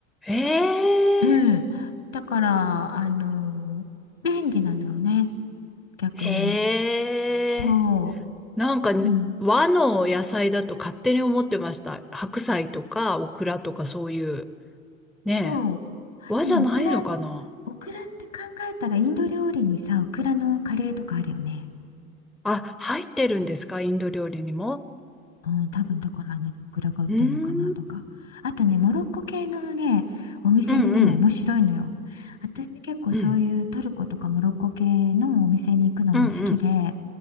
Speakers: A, in the centre; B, on the left.
A: へえ。
B: うん。だから、あの、便利なのよね、逆に。
A: へえ。
B: そ
A: なんかね、
B: う。うん。
A: 和の野菜だと勝手に思ってました。白菜とかオクラとかそういう。ねえ。
B: そう。
A: 和じゃないのかな
B: でもオクラ、オクラって考えたらインド料理にさ、オクラのカレーとかあるよね。
A: あ、入ってるんですかインド料理にも。
B: うん、多分だからあのオクラが売ってるのかなとか。
A: うーん。
B: あとね、モロッコ系のね、お店にも面白いのよ。
A: うんうん。
B: 私結構そういうトルコとかモロッコ系のお店に行くのも好きで、
A: うん、うん、うん、